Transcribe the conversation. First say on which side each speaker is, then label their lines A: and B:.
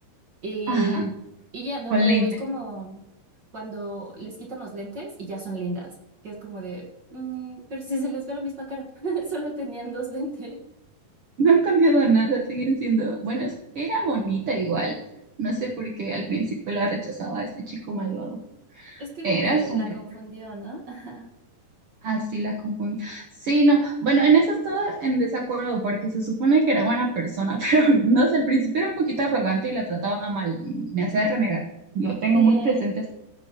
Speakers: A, on the right; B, on the right.
A: Y,
B: Ajá,
A: y ya, ¿no?
B: con
A: O
B: lente
A: es como cuando les quitan los lentes y ya son lindas, que es como de, "Mm, pero si se les ve la misma cara, <laughs> solo tenían dos lentes.
B: No han cambiado nada, siguen siendo. Bueno, es- era bonita igual. No sé por qué al principio la rechazaba ese chico malvado.
A: Es que
B: Era
A: como que
B: su
A: la
B: mejor
A: confundió,
B: amiga.
A: ¿no? <laughs>
B: Ah, sí, la confundí. Sí, no. Bueno, en eso estaba en desacuerdo porque se supone que era buena persona, <laughs> pero no sé, al principio era un poquito arrogante y la trataba mal. Me hacía renegar. Lo tengo
A: Sí,
B: muy presente.